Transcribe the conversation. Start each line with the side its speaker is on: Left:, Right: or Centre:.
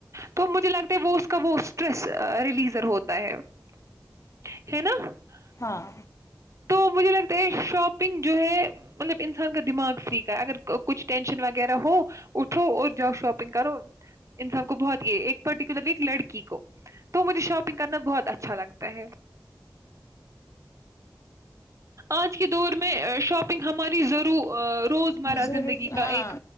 Right: تو مجھے لگتا ہے وہ اس کا وہ اسٹریس ریلیزر ہوتا ہے <unintelligible> ہے نا <unintelligible>
Left: ہاں
Right: تو مجھے لگتا ہے شاپنگ جو ہے مطلب <unintelligible> انسان کا دماغ فری کا ہے اگر کچھ ٹینشن وغیرہ ہو اٹھو اور جاؤ شاپنگ کرو انسان کو بہت یہ ایک پرٹیکولرلی ایک لڑکی کو تو مجھے شاپنگ کرنا بہت اچھا لگتا ہے آج کے دور میں شاپنگ ہم <unintelligible> اری ضرور <unintelligible> روزمرہ
Left: ضرور
Right: زندگی
Left: ہاں
Right: کا ایک